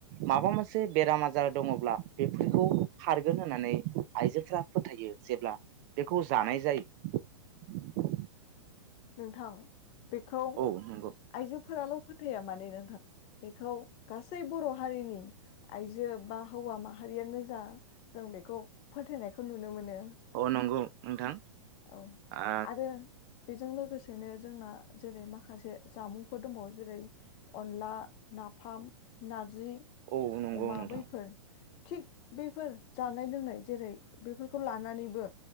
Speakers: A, on the right; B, on the left.
A: माबा मोनसे बेराम आजार दङ'ब्ला बेफोरखौ खारगोन होननानै आइजोफोरा फोथायो जेब्ला बेखौ जानाय जायो।
B: नोंथां बेखौ
A: औ नंगौ
B: आइजोफोराल' फोथाया माने नोंथां बेखौ गासै बर' हारिनि आइजो बा हौवा माहारियानो जा जों बेखौ फोथायनायखौ नुनो मोनो।
A: अ नंगौ नोंथां
B: औ
A: आ
B: आरो बेजों लोगोसेनो जोंना जेरै माखासे जामुंफोर दंबावो जेरै अनला, नाफाम, नारजि
A: ओ औ नंगौ
B: अमा
A: नोंथां
B: बैफोर थिग बैफोर जानाय लोंनाय जेरै बेफोरखौ लानानैबो